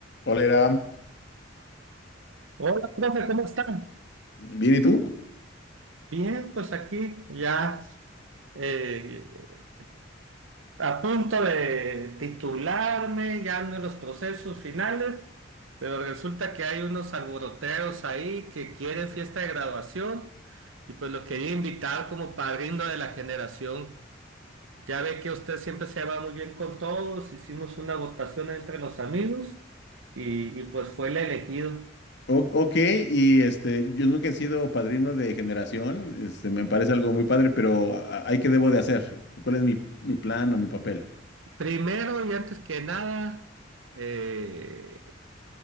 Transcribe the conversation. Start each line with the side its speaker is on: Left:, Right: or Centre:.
Left: Hola, Iram.
Right: Hola, profe, ¿cómo están?
Left: Bien, ¿y tú?
Right: Bien, pues aquí ya eh, a punto de titularme, ya ando en los procesos finales, pero resulta que hay unos alboroteros ahí que quieren fiesta de graduación y pues lo quería invitar como padrino de la generación. Ya ve que usted siempre se va muy bien con todos, hicimos una votación entre los amigos y, y pues fue el elegido.
Left: O- ok, y este, yo nunca he sido padrino de generación, este, me parece algo muy padre, pero a- ¿hay qué debo de hacer? ¿Cuál es mi, mi plan o mi papel?
Right: Primero y antes que nada, eh,